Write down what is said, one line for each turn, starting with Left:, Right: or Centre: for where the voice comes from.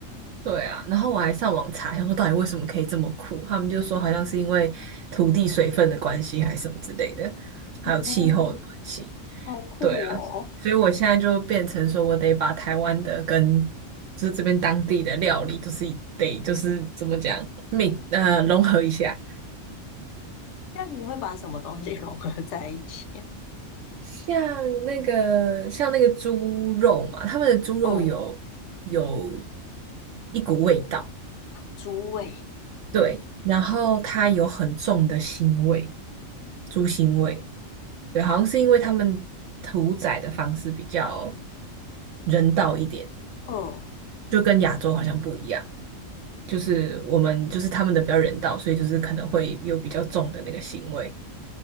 Right: 对啊，然后我还上网查，想说到底为什么可以这么苦，他们就说好像是因为土地水分的关系，还是什么之类的，还有气候的关系。
Left: 哦，好酷哦！
Right: 对啊，所以我现在就变成说，我得把台湾的跟就是这边当地的料理，就是得就是怎么讲，每呃融合一下。
Left: 那你会把什么东西 <laughs> 融合在一起？
Right: 像那个像那个猪肉嘛，他们的猪肉有有
Left: 嗯，
Right: 一股味道，
Left: 猪味。
Right: 对，然后它有很重的腥味，猪腥味，对，好像是因为他们屠宰的方式比较人道一点，
Left: 嗯，
Right: 就跟亚洲好像不一样。就是我们就是他们的比较人道，所以就是可能会有比较重的那个腥味。